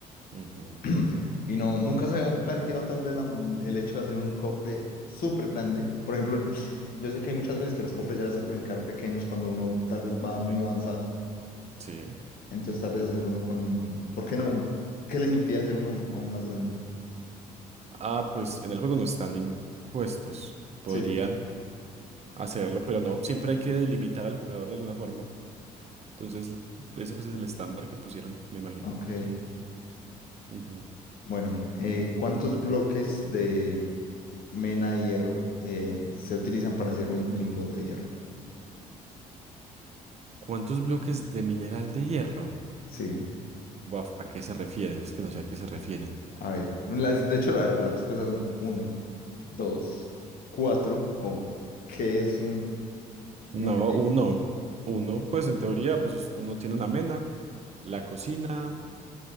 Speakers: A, on the right; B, on the left.
A: Ujú.
B: <clears throat> Y no, nunca se ha
A: Perfecto,
B: planteado tal vez la- el hecho de hacer un cofre súper grande. Por ejemplo, yo sé que hay muchas veces que los cofres ya se pueden quedar pequeños cuando uno tal vez va muy
A: Sí.
B: avanzado.
A: Sí.
B: Entonces tal vez hacer uno con... ¿Por qué no? ¿Qué les impide hacer uno aún más grande?
A: Ah, pues en el juego no están impuestos. Podrían
B: Sí, sí. sí.
A: hacerlo, pero no. Siempre hay que delimitar al jugador de alguna forma. Entonces, ese pues es el estándar que pusieron, me imagino.
B: Ok.
A: Ujú.
B: Bueno, eh, ¿cuántos
A: Ok.
B: bloques de... mena de hierro eh, se utilizan para hacer un lingote de hierro.
A: ¿Cuántos bloques de mineral de hierro?
B: Sí,
A: Buaf, ¿a qué se refieren? Es que no sé a qué se refieren.
B: a ver. las- de hecho, a ver, las respuestas son uno, dos, cuatro o ¿qué es un...? Mira,
A: No, uno. Uno, pues en teoría, pues uno tiene una mena, la cocina,